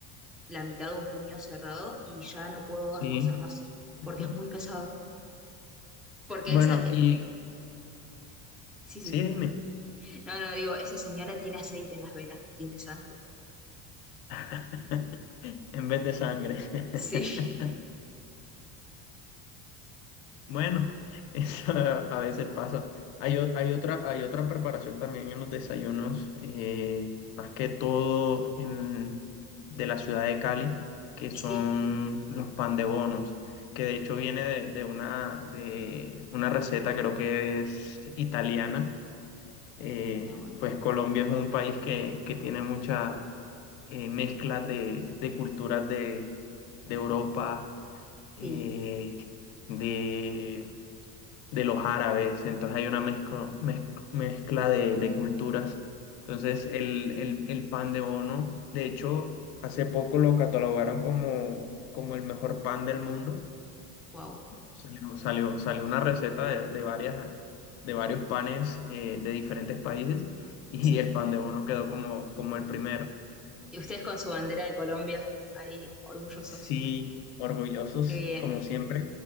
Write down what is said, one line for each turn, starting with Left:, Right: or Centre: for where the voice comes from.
Centre: la mitad de un puño cerrado y ya no puedo
Left: sí.
Centre: almorzar más porque
Left: <laughs>
Centre: es muy pesado. Porque
Left: Bueno,
Centre: esa,
Left: y
Centre: sí, sí,
Left: sí, dime.
Centre: perdón. No, no, digo, esa señora tiene aceite en las venas, no tiene sangre. <laughs>
Left: <laughs> En vez de sangre. <laughs>
Centre: Sí,
Left: Bueno, <laughs> eso a veces pasa. Hay, o- hay otra, hay otra preparación también en los desayunos, eh, más que todo en, de la ciudad de Cali, que son
Centre: sí,
Left: los pan de bonos, que de hecho viene de, de una, de una receta, creo que es italiana. Eh,
Centre: no, bueno,
Left: pues Colombia es un país que, que tiene mucha eh, mezcla de, de culturas de, de Europa, eh,
Centre: sí,
Left: de de los árabes, entonces hay una mezcla, mezcla de, de culturas. Entonces el, el- el pan de bono, de hecho, hace poco lo catalogaron como, como el mejor pan del mundo.
Centre: wow,
Left: Salió, salió, salió una receta de, de varias, de varios panes eh, de diferentes países y
Centre: sí.
Left: el pan de bono quedó como, como el primero.
Centre: Y ustedes con su bandera de Colombia, ahí, orgullosos.
Left: Sí, orgullosos,
Centre: Qué bien.
Left: como siempre.